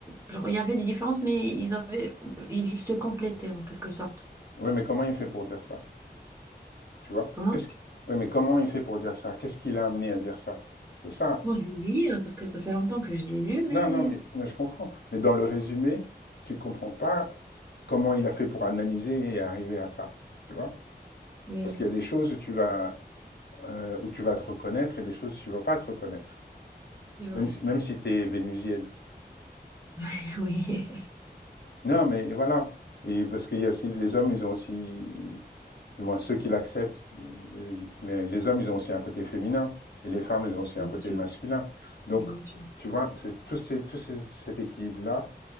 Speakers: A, on the right (about 15°); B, on the left (about 75°).
A: genre, il y avait des différences, mais ils avaient, ils se complétaient en quelque sorte.
B: Oui, mais comment il fait pour dire ça? Tu vois?
A: Comment?
B: Qu'est-ce qui- Oui, mais comment il fait pour dire ça? Qu'est-ce qui l'a amené à dire ça? C'est ça.
A: Bon, je l'oublie euh, parce que ça fait longtemps que je l'ai lu, mais
B: Non, non, mais mais je comprends. Mais dans le résumé, tu comprends pas comment il a fait pour analyser et arriver à ça. Tu vois?
A: oui,
B: Parce qu'il y a des choses où tu vas, euh, où tu vas te reconnaître et des choses où tu vas pas te reconnaître.
A: c'est vrai.
B: Même si, même si tu es vénusienne.
A: <laughs> Oui,
B: Non, mais voilà. Et parce qu'il y a aussi, les hommes, ils ont aussi du moins ceux qui l'acceptent, euh, mais les hommes, ils ont aussi un côté féminin, et les femmes, elles ont aussi
A: bien
B: un côté
A: sûr,
B: masculin. Donc,
A: bien sûr.
B: tu vois, c'est tous ces, tous ces- cet équilibre-là,